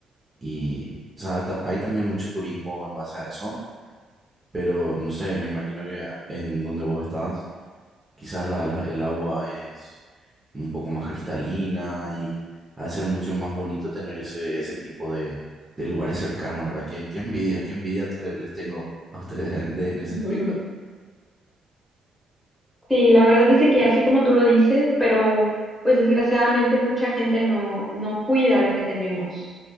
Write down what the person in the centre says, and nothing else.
<laughs>
Sí, la verdad dice que así como tú lo dices, pero pues desgraciadamente mucha gente no, no cuida lo que tenemos.